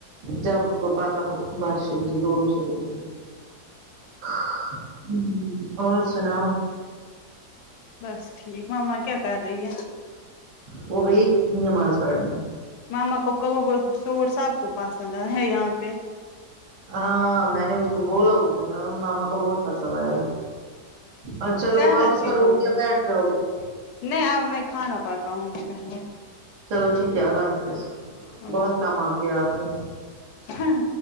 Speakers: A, on the right; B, on the left.
A: جب اس کو پتا ہوگا بارش ادھر زوروں سے ہو رہی ہے ہاں امم اور سناوں
B: بس ٹھیک ہے میں کیا کر رہی ہوں
A: ہوگئی نماز پڑھ لوں
B: ماما کو کہو وہ سوٹ سب کو پسند ہے ہے یہاں پہ
A: ہاں میں نے اس کو بولا اس دن ماما کو بہت پسند آیا وہ اب چلو
B: سہلت
A: واپس
B: جی
A: کرواٹھکے
B: کو بھی
A: بیٹھ جاؤں گی
B: نہیں اب میں کھانا پکاؤنگی پہلے
A: چلو ٹھیک ہے اللہ حافظ
B: اللہ
A: بہت
B: حافظ
A: کمال کیا آپ نے
B: امم